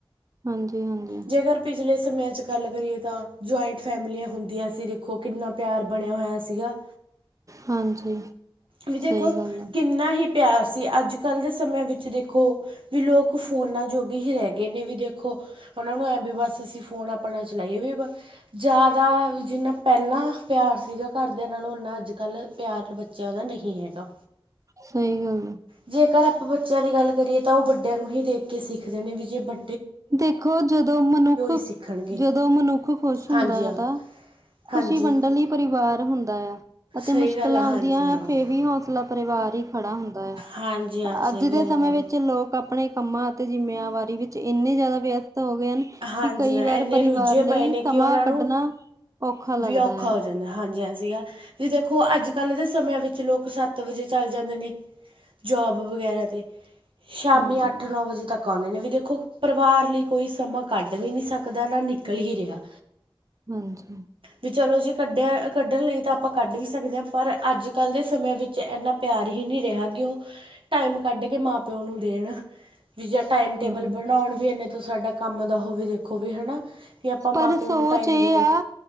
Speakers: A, on the right (about 35°); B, on the right (about 70°).
A: ਹਾਂਜੀ- ਹਾਂਜੀ।
B: ਜੇਕਰ ਪਿਛਲੇ ਸਮਿਆਂ 'ਚ ਗੱਲ ਕਰੀਏ ਤਾਂ, ਜੁਆਇੰਟ ਫੈਮਲੀਆਂ ਹੁੰਦੀਆਂ ਸੀ। ਦੇਖੋ ਕਿੰਨਾ ਪਿਆਰ ਬਣਿਆ ਹੋਇਆ ਸੀਗਾ।
A: ਹਾਂਜੀ।
B: ਵੀ ਦੇਖੋ,
A: ਸਹੀ ਗੱਲ ਆ।
B: ਕਿੰਨਾ ਹੀ ਪਿਆਰ ਸੀ। ਅੱਜ ਕੱਲ੍ਹ ਦੇ ਸਮਿਆਂ ਵਿੱਚ ਦੇਖੋ। ਵੀ ਲੋਕ ਫੋਨਾਂ ਜੋਗੀ ਹੀ ਰਹਿ ਗਏ ਨੇ ਵੀ ਦੇਖੋ, ਉਹਨਾਂ ਨੂੰ ਐ ਵੀ ਬਸ ਅਸੀਂ ਫੋਨ ਆਪਣਾ ਚਲਾਈ ਵੀ ਵਾ ਬਸ। ਜਾਦਾ ਜਿੰਨਾ ਪੈਲਾਂ ਪਿਆਰ ਸੀਗਾ ਘਰਦਿਆਂ ਨਾਲੋਂ ਔਨਾ ਅੱਜ ਕੱਲ੍ਹ ਪਿਆਰ ਬੱਚਿਆਂ ਦਾ ਨਹੀਂ ਹੈਗਾ।
A: ਸਹੀ ਗੱਲ ਆ।
B: ਜੇਕਰ ਆਪਾਂ ਬੱਚਿਆਂ ਦੀ ਗੱਲ ਕਰੀਏ, ਤਾਂ ਉਹ ਵੱਡਿਆਂ ਨੂੰ ਹੀ ਦੇਖ ਕੇ ਸਿੱਖਦੇ ਨੇ। ਵੀ ਜੇ ਬ
A: ਦੇਖੋ ਜਦੋਂ ਮਨੁੱਖ-ਜਦੋਂ
B: ਸਿੱਖਣਗੇ
A: ਮਨੁੱਖ ਖ਼ੁਸ਼ ਹੁੰਦਾ
B: ਹਾਂਜੀ
A: ਹੈ
B: ਹਾਂ
A: ਤਾਂ
B: ਹਾਂਜੀ
A: ਖੁਸ਼ੀ ਵੰਡਣ ਲਈ ਪਰਿਵਾਰ ਹੁੰਦਾ ਹੈ ਅਤੇ
B: ਸਹੀ
A: ਮੁਸ਼ਕਿਲਾਂ
B: ਗੱਲ ਆ ਹਾਂਜੀ
A: ਆਉਂਦੀਆਂ
B: ਹਾਂ
A: ਹੈ ਫੇ ਵੀ ਪੂਰਾ ਪਰਿਵਾਰ ਹੀ ਖੜਾ ਹੁੰਦਾ ਹੈ।
B: ਹਾਂਜੀ ਹਾਂ ਸਹੀ
A: ਅੱਜ
B: ਗੱਲ
A: ਦੇ ਸਮੇਂ
B: ਹੈ ਮੈਡਮ
A: ਵਿੱਚ ਲੋਕ ਆਪਣੇ ਕੰਮਾਂ ਅਤੇ ਜ਼ਿੰਮੇਵਾਰੀ ਵਿੱਚ ਇੰਨੇ ਜ਼ਿਆਦਾ ਵਿਅਸਤ ਹੋ ਗਏ ਹਨ।
B: ਹਾਂਜੀ
A: ਵੀ ਕਈ
B: ਹਾਂ
A: ਵਾਰ
B: ਇੰਨੇ
A: ਪਰਿਵਾਰ
B: ਰੁੱਝੇ
A: ਲਈ
B: ਪਏ ਨੇ ਕਿ
A: ਸਮਾਂ
B: ਉਹਨਾਂ ਨੂੰ
A: ਕੱਢਣਾ ਔਖਾ ਲੱਗਦਾ
B: ਵੀ ਔਖਾ
A: ਆ।
B: ਹੋ ਜਾਂਦਾ। ਹਾਂਜੀ- ਹਾਂਜੀ ਤੱਸੀ ਵੀ ਦੇਖੋਂ ਅੱਜ ਪਹਿਲੇ ਦੇ ਸਮਿਆਂ ਵਿੱਚ, ਲੋਕ ਸੱਤ ਵਜੇ ਚੱਲ ਜਾਂਦੇ ਨੇ ਜੋਬ ਵਗੈਰਾ ਤੇ। ਸ਼ਾਮੀ
A: ਹੂੰ,
B: ਅੱਠ, ਨੌ ਵਜੇ ਤੱਕ ਆਉਂਦੇ ਨੇ, ਵੀ ਦੇਖੋ। ਪਰਿਵਾਰ ਲਈ ਕੋਈ ਸਮਾਂ ਕੱਢ ਵੀ ਨਹੀਂ ਸਕਦਾ, ਨਾ ਨਿਕਲ ਹੀ ਰਿਹਾ।
A: ਹਾਂਜੀ।
B: ਵੀ ਚਲੋ ਜੇ ਕੱਢਿਆ, ਕੱਢਣ ਲਈ ਤਾਂ ਆਪਾਂ ਕੱਢ ਵੀ ਸਕਦੇ ਹਾਂ। ਪਰ ਅੱਜ ਕੱਲ ਦੇ ਸਮਿਆਂ ਵਿੱਚ ਇੰਨਾ ਪਿਆਰ ਹੀ ਨਹੀਂ ਰਿਹਾ। ਕਿ ਉਹ, ਟਾਈਮ ਕੱਢ ਕੇ ਮਾਂ- ਪਿਓ ਨੂੰ ਦੇਣ। ਵੀ ਜਾਂ ਟਾਈਮ ਟੇਬਲ
A: ਹੂੰ
B: ਬਣਾਉਣ ਵੀ ਇਨੇ ਤੋਂ ਸਾਡਾ ਕੰਮ ਦਾ ਉਹ ਵੀ ਦੇਖੋ ਵੀ ਹਨਾ। ਵੀ ਆਪਾਂ
A: ਪਰ
B: ਮਾਂ- ਪਿਓ
A: ਸੋਚ
B: ਨੂੰ ਟਾਈਮ
A: ਇਹ
B: ਦੇਈਏ।
A: ਆ